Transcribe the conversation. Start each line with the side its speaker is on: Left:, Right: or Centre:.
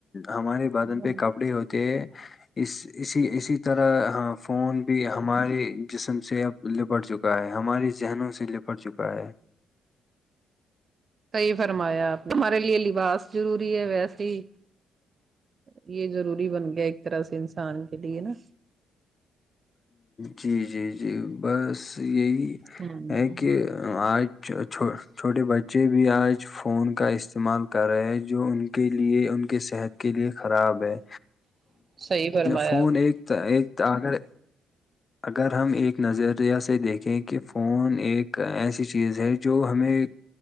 Left: ہمارے بادن
Right: ہمم
Left: پہ کپڑے ہوتے ہیں اس اسی اسی طرح ہ فون بھی ہمارے جسم سے اب لپٹ چکا ہے ہمارے ذہنوں سے لپٹ چکا ہے
Right: صحیح فرمایا آپ نے ہمارے لیے لباس ضروری ہے ویسے ہی یہ ضروری بن گیا ایک طرح سے انسان کے لیے نا
Left: جی جی جی بس یہی
Right: ہمم
Left: ہے کہ آج چھوٹے بچے بھی آج فون کا استعمال کر رہے ہیں جو ان کے لیے ان کے صحت کے لیے خراب ہے
Right: <inaudible> صحیح فرمایا
Left: فون
Right: آپ نے
Left: ایک تو ایک تو اگر اگر ہم ایک نظریہ سے دیکھیں کہ فون ایک ایسی چیز ہے جو ہمیں